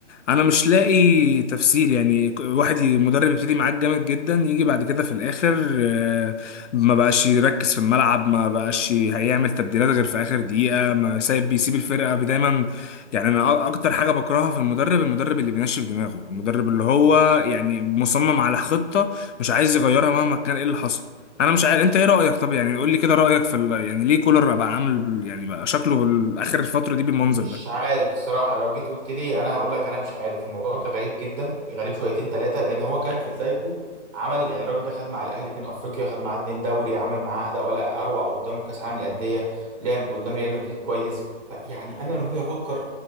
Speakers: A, on the left; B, on the right.
A: انا مش لاقي تفسير يعني ك- واحد ي- مدرب يبتدي معاك جامد جدا يجي بعد كده في الاخر آه، ما بقاش يركز في الملعب ما بقاش ي- هيعمل تبديلات غير في اخر دقيقه ما سايب بيسيب الفرقه بي- دايما يعني انا أ- اكتر حاجه بكرهها في المدرب المدرب اللي بينشف دماغه المدرب اللي هو يعني مصمم على خطه مش عايز يغيرها مهما كان ايه اللي حصل انا مش عارف انت ايه رايك طب يعني قول لي كده رايك في ال... يعني ليه كولر بقى عامل بال- يعني بقى شكله بال- اخر الفتره دي بالمنظر
B: مش
A: ده
B: عارف الصراحة لو جيت قلت لي أنا هقول لك أنا مش عارف الموضوع كان غريب جدا غريب شويتين ثلاثة لأن هو كان في بدايته عمل يعني الراجل ده خد مع الأهلي اتنين أفريقيا خد معاه اتنين دوري عمل معاه أداء ولا أروع قدام كأس العالم للأندية لعب قدام ريال مدريد كويس ف- يعني أنا لما باجي أفكر